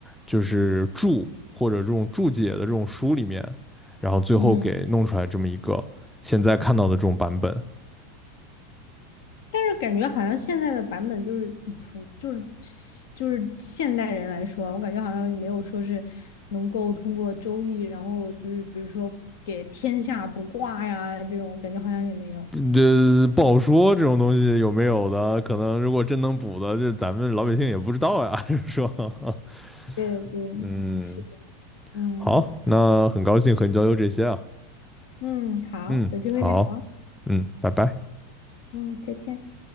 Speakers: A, in the centre; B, on the left.
A: 就是注或者这种注解的这种书里面，然后最后给弄出来这么一个现在看到的这种版本。
B: 嗯，但是感觉好像现在的版本就是普，就是就是现代人来说啊，我感觉好像也没有说是能够通过周易，然后就是比如说给天下卜卦呀这种，感觉好像也没有。
A: 这不好说，这种东西有没有的，可能如果真能补的，是咱们老百姓也不知道呀。就是说，
B: 对对，
A: <laughs> 嗯，
B: 是的，嗯
A: 好，那很高兴和你交流这些啊。
B: 嗯，好，
A: 嗯，
B: 有机会再聊
A: 好，嗯，拜拜。
B: 嗯，再见。